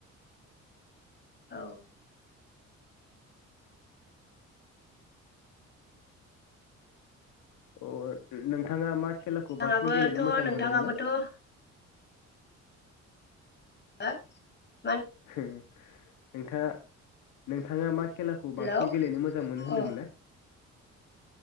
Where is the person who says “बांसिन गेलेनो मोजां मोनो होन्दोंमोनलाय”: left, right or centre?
Left